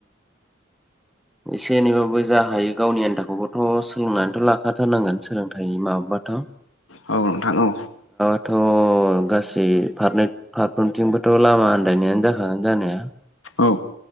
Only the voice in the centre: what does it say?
एसे एनैबाबो जा हायो गावनि आन्थाखौबोथ' सोलोंनानैथ' लाखाथारनांगोन सोलोंथाइनि माबा बाथ'
औ थ' गासै फारनै फारफ्रोमथिंबोथ' लामा आन्दायनायानो जाखागोन जानाया